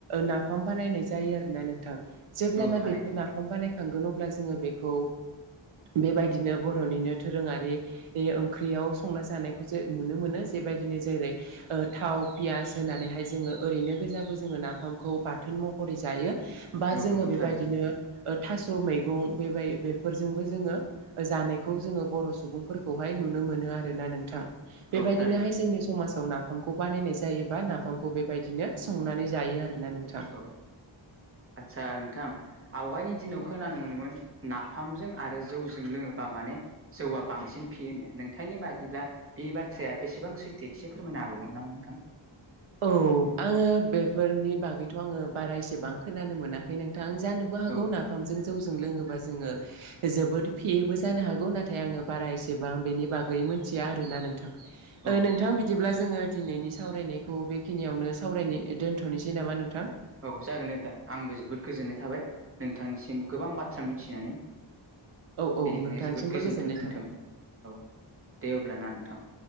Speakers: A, on the right; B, on the right.
A: नाफाम बानायनाय जायो आरो ना नोंथां जेब्लाना
B: औ थारैनो
A: बेखौ नाफाम बानाय थांगोन अब्ला जोंङो बेखौ बेबायदिनो बर'निनो दोरोङारि ए ओंख्रियाव संना जानायखौ जे नुनो मोनो जेबायदिनो जेरै थाव पियास होनानैहाय जोङो ओरैनो गोजाबो जोङो नाफामखौ बाथोन महरै जायो बा
B: औ
A: जोङो
B: नंगौ
A: बेबायदिनो
B: थारैनो
A: थास मैगं बेबाय बेफोरजोंबो जोङो जानायखौ जोङो बर सुबुंफोरखौहाय नुनो मोनो आरोना नोंथां बेबायदिनोहाय
B: औ थारैनो
A: जोंनि समाज आव नाफामखौ बानायनाय जायो बा नाफामखौ बेबायदिनो संनानै जायो आरोना नोंथां।
B: औ आदसा नोंथां आवगायनि दिनाव खोनानो मोनोमोन नाफामजों आरो जौजों लोङोबा माने जौआ बांसिन फेयोनो होना नोंथांनि बादिब्ला बे बाथ्राया बेसेबां सैथो एसे फोरमायनो हाबावगोन नामा नोंथां?
A: औ आङो बेफोरनि बागैथ आङो बारा एसेबां खोनानो मोनाखै नों थां जानोबो हागौ
B: औ
A: नाफामजों जौजो जों लोङोबा जोङो जोबोद फेयोबो जानो हागौ नाथाय आङो बारा एसेबां बेनि बागै मि मिथिया आरोना नोंथां ओ
B: औ
A: नोंथां बिदिब्ला जोङो दिनैनि सावरायनायखौ खौ बेखिनियावनो सावरायनो दोन्थनोसै नामा नोंथां?
B: औ जागोन दे नोंथां आंबो जोबोद गोजोननाय थाबाय नोंथांनिसिम गोबां बाथ्रा मिथिनानै
A: औ औ
B: बेनिखायनो
A: नोंथांसिमबो
B: जोबोद गोजोन्थों
A: गोजोननाय
B: नोंथाजों
A: थाबाय
B: औ दे अब्लाना नोंथां